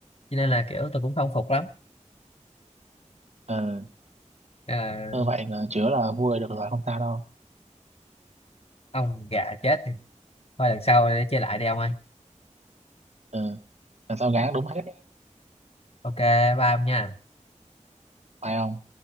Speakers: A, on the left; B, on the right.
A: cho nên là kiểu tôi cũng không phục lắm
B: ừ,
A: Nên là
B: ừ vậy là chứa là vui được rồi không sao đâu
A: ông gà chết thì thôi lần sau để chơi lại đi ông ơi
B: ừ làm sao gắng đúng hết
A: ok ba ông nha
B: phải không